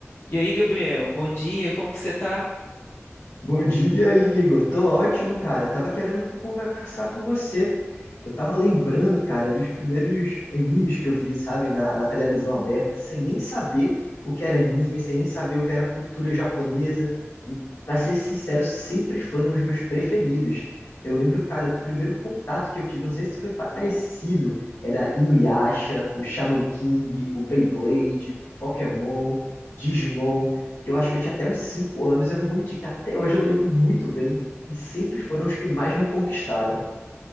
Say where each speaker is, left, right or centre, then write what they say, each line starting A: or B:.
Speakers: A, on the left; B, on the left.
A: E aí, Gabriel, bom dia, como que você tá?
B: Bom dia, Igor. Tô ótimo, cara. Tava querendo conversar com você. Eu tava lembrando, cara, dos primeiros animes que eu vi, sabe, na, na televisão aberta, sem nem saber o que era anime, sem nem saber o que era cultura japonesa. E, pra ser sincero, sempre foram os meus preferidos. Eu lembro, cara, do primeiro contato que eu tive, eu não sei se foi parecido, era Inuyasha, o Shaman King, o Beyblade, Pokémon, Digimon que eu acho que eu tinha até uns 5 anos, e eu não vou mentir que até hoje eu lembro muito bem, e sempre foram os que mais me conquistaram.